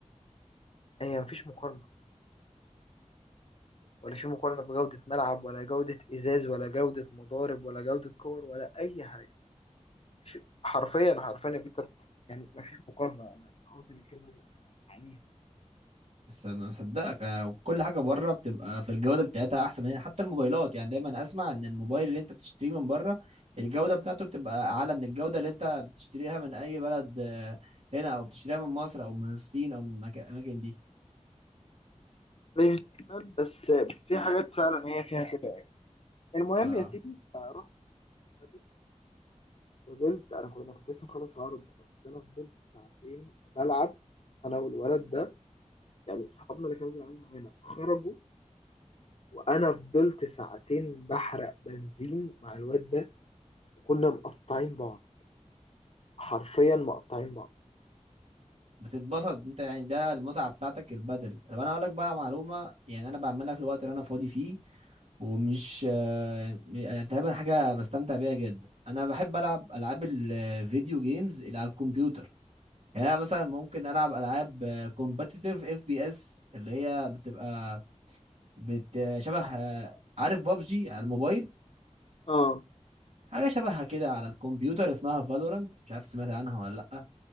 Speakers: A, on the left; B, on the right.
A: هي مفيش مقارنة ولا في مقارنة بجودة ملعب ولا جودة إزاز ولا جودة مضارب ولا جودة كور ولا أي حاجة ش- حرفيا حرفيا يا بيتر يعني مفيش مقارنة أنا قصدي بالكلمة دي أنا أنا أعنيها
B: بس ما مصدقك أنا وكل حاجه بره بتبقى في الجوده بتاعتها احسن من هنا حتى الموبايلات يعني دايما اسمع ان الموبايل اللي انت بتشتريه من بره الجوده بتاعته بتبقى اعلى من الجوده اللي انت بتشتريها من اي بلد آه، هنا او بتشتريها من مصر او من الصين او من المكا- الاماكن دي
A: مش دايما بس بس في حاجات فعلا هي فيها كده المهم
B: آه.
A: يا سيدي فرحت بدل فضلت انا كنت أنا كنت لسه مخلص العرض بس انا فضلت ساعتين بلعب انا والولد ده يعني صحابنا اللي كانوا بيلعبوا معانا خرجوا وانا فضلت ساعتين بحرق بنزين مع الواد ده وكنا مقطعين بعض حرفيا مقطعين بعض
B: بتتبسط انت يعني ده المتعه بتاعتك البدل طب انا اقول لك بقى معلومه يعني انا بعملها في الوقت اللي انا فاضي فيه ومش آه، م- يعني تقريبا حاجه بستمتع بيها جدا انا بحب العب العاب الفيديو جيمز اللي على الكمبيوتر يعني انا مثلا ممكن العب العاب كومبتيتيف اف بي اس اللي هي بتبقى بت شبه آه، عارف بابجي على الموبايل
A: اه
B: حاجه شبهها كده على الكمبيوتر اسمها فالورانت مش عارف سمعت عنها ولا لا